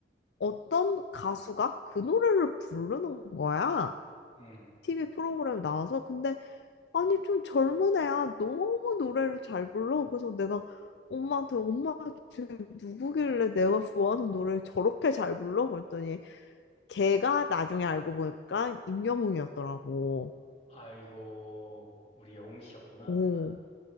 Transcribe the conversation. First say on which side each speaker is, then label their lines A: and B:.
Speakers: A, on the left (about 70°); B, on the left (about 35°).
A: 어떤 가수가 그 노래를 부르는 거야.
B: 음.
A: TV 프로그램에 나와서 근데 아니 좀 젊은 애야 너무 노래를 잘 불러. 그래서 내가 엄마한테 엄마 지금 누구길래 내가 좋아하는 노래를 저렇게 잘 불러? 그랬더니 걔가 나중에 알고 보니까 임영웅이었더라고.
B: 아이고, 우리 영웅 씨였구나.
A: 오.